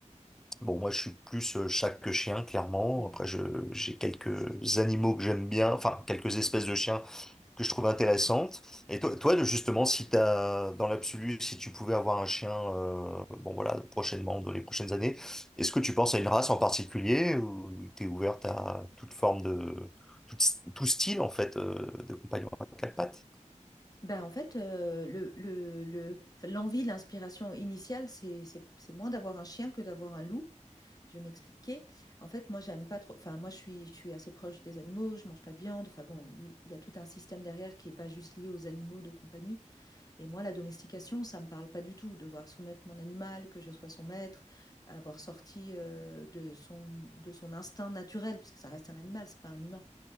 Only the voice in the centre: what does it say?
Bon, moi, je suis plus euh, chat que chien, clairement.
Après, je, j'ai quelques animaux que j'aime bien, enfin, quelques espèces de chiens que je trouve intéressantes. Et toi, toi, de- justement, si t'as, dans l'absolu, si tu pouvais avoir un chien, euh, bon, voilà, prochainement, dans les prochaines années, est-ce que tu penses à une race en particulier ou t'es ouverte à toute forme de, tout, tout style, en fait, euh, de compagnon à quatre pattes?